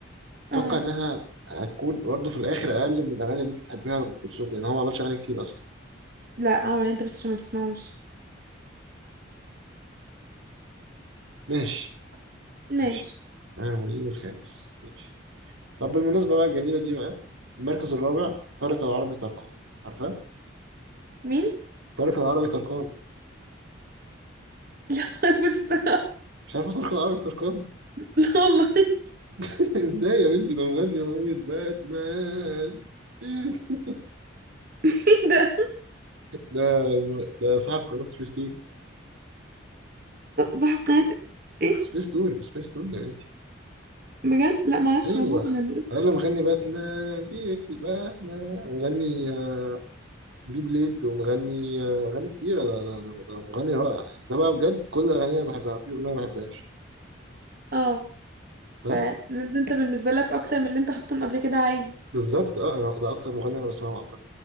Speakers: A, on the right; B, on the right.
A: اتوقع
B: اه
A: انها هتكون برضه في الاخر اقل من الاغاني اللي انت بتحبيها لام كلثوم لان هو ما عملش اغاني كتير اصلا
B: لا عمرو انت بس عشان ما بتسمعوش
A: ماشي
B: ماشي
A: ماشي أنا المريد الخامس ماشي طب بالمناسبة بقى الجميلة دي بقى المركز الرابع طارق العربي طرقان عارفة؟
B: مين <laughs>
A: طارق العربي طرقان
B: لا ما اعرفش الصراحه
A: مش عارفة طارق العربي طرقان؟
B: لا والله <laughs>
A: <laughs> ازاي يا بنتي ده مغني أغنية باتمان <laughs>
B: مين ده
A: ده ده صاحب قناة سبيس تون
B: صاحب قناه ايه
A: سبيس تون سبيس تون يا بنتي
B: بجد لا ما اعرفش
A: أيوه
B: والله <laughs> يعني
A: أنا مغني باتمان تيرت باتمان ومغني آه، بي بليد ومغني آه، أغاني كتيرة ده ده ده ده مغني رائع يعني. ده بقى بجد كل أغانيه أنا بحبها مفيش أغنية ما بحبهاش
B: اه
A: بس
B: فده انت بالنسبة لك اكتر من اللي انت حطيتهم قبل كده عادي
A: بالظبط اه انا ده اكتر مغني انا بسمعه عامه